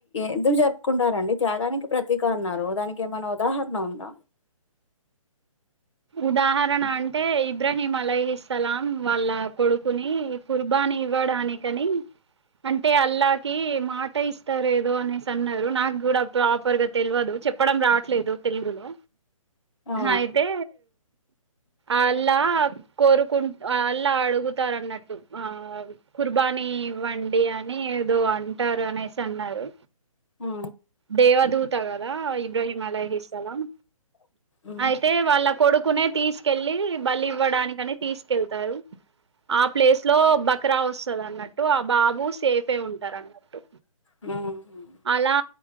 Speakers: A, on the left (about 60°); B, on the right (about 50°).
A: ఎందుకు చెప్పుకుంటారండి త్యాగానికి ప్రతీక అన్నారు దానికి ఏమైనా ఉదాహరణ ఉందా
B: ఉదాహరణ అంటే ఇబ్రాహీం అలహస్లాం వాళ్ళ కొడుకుని కుర్బాని ఇవ్వడానికని అంటే అల్లాకి మాట ఇస్తారు ఏదో అనేసి అన్నారు నాకు కూడా ప్రాపర్గా తెలియదు చెప్పడం రాట్లేదు. తెలుగులో
A: ఆ
B: అయితే అల్లా కోరుకుంట అల్లా అడుగుతారు అన్నట్టు ఆ కుర్బానీ వండి అని ఏదో అ ఉంటారు అనేసి అన్నారు
A: ఉ
B: దేవదూ తగదా ఇబ్రాహిం అలహీస్ సలామ్
A: ఉ
B: అయితే వాళ్ళ కొడుకునే తీసుకెళ్ళి బలి ఇవ్వడానికి అని తీసుకెళ్తారు ఆ ప్లేస్ లో బ రా వస్తాది అన్నట్టు ఆ బాబు సేఫ్ ఉంటారు అన్నట్టు
A: హు హ్మ్మ్
B: అలా